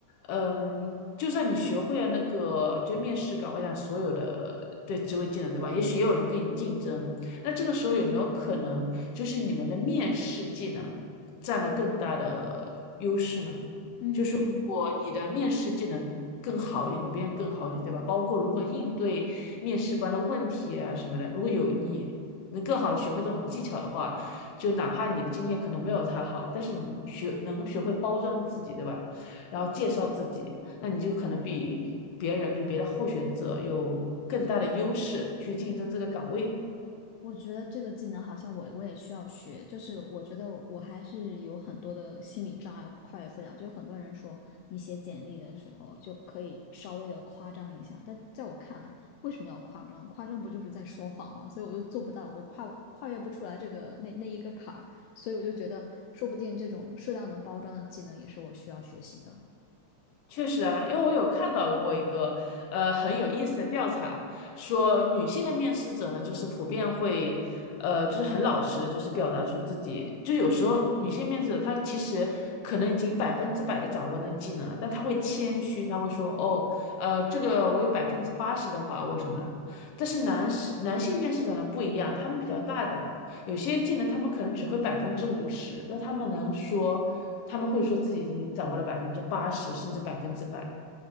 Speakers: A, on the left (about 65°); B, on the left (about 80°).
A: 嗯，就算你学会了那个就是面试岗位上所有的对职位技能，对吧？也许也有人跟你竞争，那这个时候有没有可能，就是你们的面试技能占了更大的优势呢？
B: 嗯。
A: 果你的面试技能更好一点，比别人更好一点，对吧？包括如何应对面试官的问题啊什么的，如果有你能更好的学会这种技巧的话，就哪怕你的经验可能没有他好，但是你学能学会包装自己，对吧？然后介绍自己，那你就可能比别人、比别的候选者有更大的优势去竞争这个岗位。
B: 我觉得这个技能好像我我也需要学，就是我觉得我还是有很多的心理障碍，跨越不了。就很多人说你写简历的时候就可以稍微的夸张一下，但在我看来，为什么要夸张？夸张不就是在说谎吗？所以我就做不到，我跨跨越不出来这个那那一个坎儿，所以我就觉得，说不定这种适当的包装的技能也是我需要学习的。
A: 确实啊，因为我有看到过一个呃很有意思的调查，说女性的面试者呢，就是普遍会呃就是很老实的，就是表达出自己，就有时候女性面试者她其实可能已经百分之百的掌握那个技能了，但她会谦虚，她会说哦呃这个我有百分之八十的把握什么的，但是男士男性面试者呢不一样，他们比较大胆。有些技能他们可能只会百分之五十，那他们能说，他们会说自己已经掌握了百分之八十甚至百分之百。